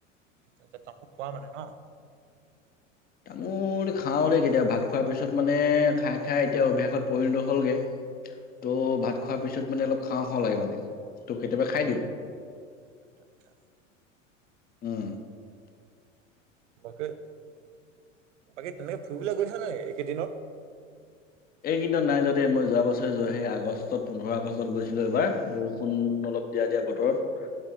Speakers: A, on the right (about 65°); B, on the left (about 25°).
A: <inaudible> তামুল খোৱা মানে ন?
B: তামোল খাওঁ দেই কেতিয়াবা, ভাত খোৱাৰ পিছত মানে খায় খায় এতিয়া অভ্যাসত পৰিণত হ'লগে। ত' ভাত
A: আচ্ছা,
B: খোৱাৰ পিছত মানে অলপ খাওঁ খাওঁ লাগে মানে। ত কেতিয়াবা
A: আচ্ছা,
B: খায় দিওঁ,
A: আচ্ছা। আচ্ছা, আচ্ছা।
B: উম।
A: বাকী, বাকী তেনেকে ফুৰিবলে গৈছ নাই এইকেইদিনত?
B: এইকেইদিনত নাই যোৱা দেই, মই যোৱা বছৰে যোৱা সেই আগষ্টত
A: নাজানো।
B: পোন্ধৰ আগষ্টত গৈছিলো এইবাৰ বৰষুণ অলপ দিয়া দিয়া বতৰত,